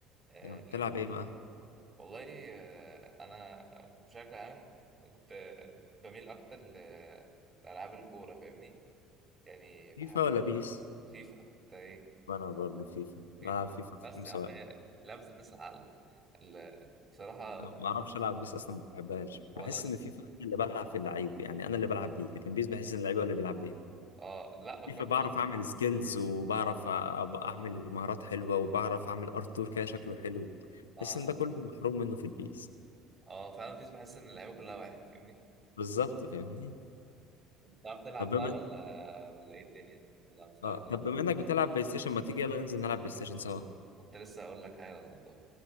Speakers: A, on the right; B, on the left.
A: آه
B: يعني بتلعب إيه بقى؟
A: والله آه انا بشكل عام كنت بميل اكتر ل- لالعاب الكوره فاهمني يعني بحب
B: فيفا ولا بيس؟
A: فيفا انت ايه
B: أنا برضو فيفا
A: <laughs> في-
B: بلعب فيفا
A: بس
B: خمسة
A: يا عم هي لعبة الناس العاقلة ال- بصراحة
B: أنا ما بعرفش العب بيس اصلا ما بحبهاش
A: ولا
B: بحس
A: أنا
B: ان فيفا أنا اللي بلعب في اللعيب يعني انا اللي بلعب بيه لكن بيس بحس ان اللعيب هو اللي بيلعب بيه
A: اه لا وكمان
B: فيفا بعرف
A: بحس
B: اعمل سكيلز وبعرف أ- أبقى اعمل مهارات حلوه وبعرف اعمل ارتور كده شكله حلو
A: اه اه
B: بحس ان ده كله محروم منه في البيس
A: اه فعلا بيس بحس إن اللعيبة كلها واحد فاهمني
B: بالظبط فاهمني
A: بتعرف تلعب
B: طب
A: بقى
B: بما
A: ولا ولا إيه الدنيا ولا مش بتعرف
B: اه
A: تلعب
B: طب بما انك بتلعب بلاي ستيشن ما تيجي يلا ننزل نلعب بلاي ستيشن سوا
A: كنت لسه أقول لك حاجة يا رونالدو